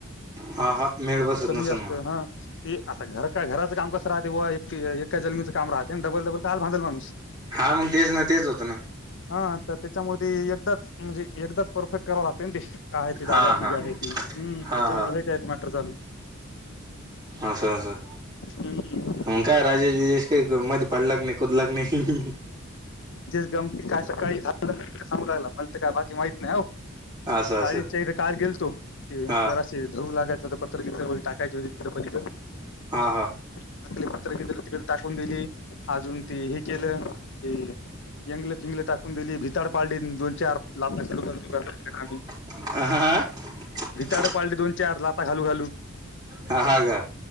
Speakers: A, on the right (about 20°); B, on the left (about 60°).
A: हा हा मेळ बसत
B: कमी
A: नसेल
B: जास्त
A: म्हणा
B: हा ते आता घर का घरात काम कसं राहते बुआ एक एका ज्मीचं काम राहतय ना डबल डबल काआळा बांधल माणूस
A: हा मग तेच ना तेच होतं ना
B: हा तर त्याच्यामुळे एकदाच म्हणजे एकदाच परफेक्ट कराव लागतय ते का आहे ती
A: हा
B: जागा पिगा
A: हा
B: आहे ती हम्म
A: हा
B: त्याच्यामुळ
A: हा
B: आहे कायतरी त मॅटर चालू
A: असं असं
B: हम्म
A: म काय राजेश बिजेश काय मधी पडला की नाही कुदला का नाई ह हं हं
B: जे जमती काय सकाळी झालं सांगू रायला मला तर काय बाकी माहित नाय हो.
A: असं
B: राजेश
A: असं
B: च्या इथं काल गेलतो तिध
A: हा
B: जरा धुवू लागायच होतं प त्र टाकायची होते तिकड पलीकड
A: हा हा
B: टाकळे पत्र बित्र तिकड टाकून दिली अजून ती हे केलं ते यंगल फिंगले टाकून दिली भिताड पाडली दोन चार ला <unintelligible>
A: <unintelligible>
B: भिताड पाडली दोन चार लाता घालू घालू
A: हा हा का?